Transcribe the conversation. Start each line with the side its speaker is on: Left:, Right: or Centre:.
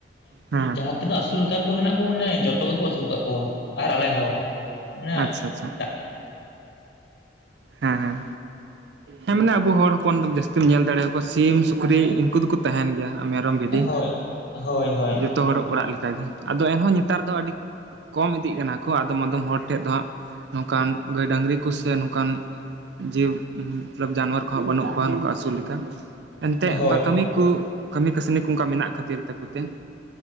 Right: ᱦᱮᱸ
Left: ᱡᱟᱦᱟᱸ ᱛᱤᱱᱟᱹᱜ ᱟᱹᱥᱩᱞ ᱞᱮᱠᱟᱱ ᱠᱚ ᱢᱮᱱᱟᱜ ᱠᱚᱣᱟ ᱚᱱᱮ ᱡᱚᱛ ᱡᱚᱛᱚ ᱜᱮᱠᱚ ᱟᱹᱥᱩᱞ ᱠᱟᱫ ᱠᱚᱣᱟ ᱟᱨ ᱟᱞᱮ ᱦᱚᱸ ᱚᱱᱮ
Right: ᱟᱪᱪᱷᱟ ᱟᱪᱪᱷᱟ
Left: ᱰᱟᱜ
Right: ᱦᱮᱸ ᱦᱮᱸ ᱦᱮᱸ ᱢᱟᱱᱮ ᱟᱵᱚ ᱦᱚᱲ, ᱦᱚᱯᱚᱱ ᱫᱚ ᱡᱟᱹᱥᱛᱤᱢ ᱧᱮᱞ ᱫᱟᱲᱮᱭᱟᱠᱚᱣᱟ ᱥᱤᱢ ᱥᱩᱠᱨᱤ ᱩᱱᱝᱠᱩ ᱫᱚᱠᱚ ᱛᱟᱦᱮᱱ ᱜᱮᱭᱟ᱾ ᱢᱮᱨᱚᱢ ᱵᱷᱤᱰᱤ
Left: ᱦᱳᱭ ᱦᱳᱭ ᱦᱳᱭ
Right: ᱡᱚ ᱡᱚᱛᱚ ᱦᱚᱲ ᱚᱲᱟᱜ ᱞᱮᱠᱟᱜᱮ ᱟᱫᱚ ᱮᱱᱦᱚᱸ ᱱᱮᱛᱟᱨ ᱫᱚ ᱟᱹᱰᱤ ᱠᱚᱢ ᱤᱫᱤᱜ ᱠᱟᱱᱟ ᱠᱚ ᱟᱫᱚᱢ ᱟᱫᱚᱢ ᱦᱚᱲ ᱴᱷᱮᱱ ᱫᱚ ᱦᱟᱸᱜ, ᱱᱚᱝᱠᱟᱱ ᱜᱟᱹᱭ ᱰᱟᱹᱝᱨᱤ ᱠᱚᱥᱮ ᱱᱚᱝᱠᱟᱱ, ᱡᱤᱣ ᱢᱚᱛᱞᱚᱵ ᱡᱟᱱᱣᱟᱨ ᱠᱚᱦᱚᱸ ᱵᱟᱹᱱᱩᱜ ᱠᱚᱣᱟ ᱱᱚᱝᱠᱟ ᱟᱹᱥᱩᱞ ᱞᱮᱠᱟ ᱮᱱᱛᱮ
Left: ᱦᱳᱭ
Right: ᱚᱱᱠᱟ ᱠᱟᱹᱢᱤ, ᱩᱱᱠᱩ ᱠᱟᱹᱢᱤ ᱠᱟᱹᱥᱱᱤ ᱠᱚ ᱚᱝᱠᱟ ᱢᱮᱱᱟᱜ ᱠᱷᱟᱹᱛᱤᱨ ᱛᱟᱠᱚ ᱛᱮ, <unintelligible>